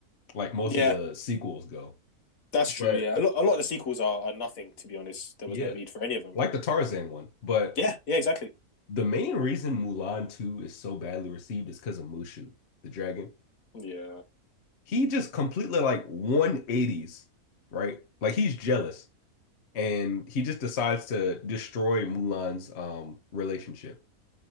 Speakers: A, on the left (about 50°); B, on the left (about 65°).
A: like most
B: Yeah,
A: of the sequels go.
B: that's true.
A: But
B: Yeah, a lot a lot of the sequels are, are nothing. To be honest, there
A: yeah,
B: was no need for any of them.
A: like the Tarzan one. But
B: Yeah, yeah, exactly.
A: The main reason Mulan 2 is so badly received is because of Mushu, the dragon.
B: Yeah,
A: He just completely like 180s, right? Like he's jealous and he just decides to destroy Mulan's um relationship